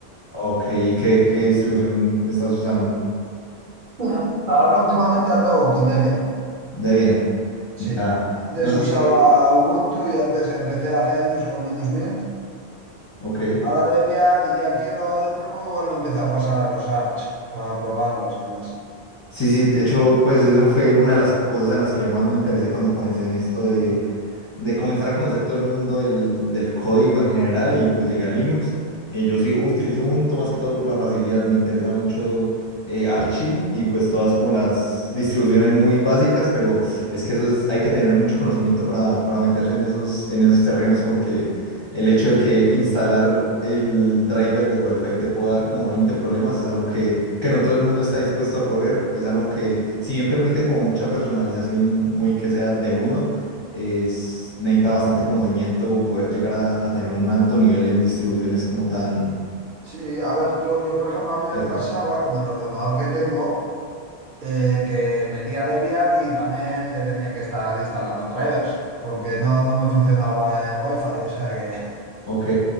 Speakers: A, on the left; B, on the right.
A: Ok, ¿y qué, qué distribución estás usando?
B: Ujú. Ahora últimamente ando con Debian.
A: Debian. Ya.
B: Sí. Antes
A: No, sí,
B: usaba
A: sí.
B: Ubuntu y antes empecé hace años con Linux Mint.
A: Ok.
B: Ahora Debian y ya quiero dentro de poco igual me empiezo a pasar a los Arch para probarlos y más.
A: Sí, sí, de
B: Ah,
A: hecho, pues eso fue una de las cosas en las que yo más me interesé cuando comencé en esto de
B: ah,
A: de comenzar a conocer todo el mundo del, del código en general y pues llegué a Linux. Eh, yo sí utilizo Ubuntu más que todo por la facilidad, me interesa mucho eh, Archie y pues todas como las distribuciones muy básicas, pero es que eso es, hay que tener mucho conocimiento para, para meterse en esos, en esos terrenos porque el hecho de que instalar el driver del Wi-Fi te pueda dar como 20 problemas es algo que, que no todo el mundo está dispuesto a correr, es algo que
B: ah.
A: si bien permite como mucha personalización muy que sea de uno, es, necesita bastante conocimiento poder llegar a, a tener un alto nivel en distribuciones como tan
B: Sí, a ver, yo, yo por ejemplo a mí me
A: pesadas.
B: pasaba con el ordenador que tengo eh, que metía Debian y también le tenía que estar instalando drivers porque no, no me funcionaba el wifi, o sea que...
A: Ok.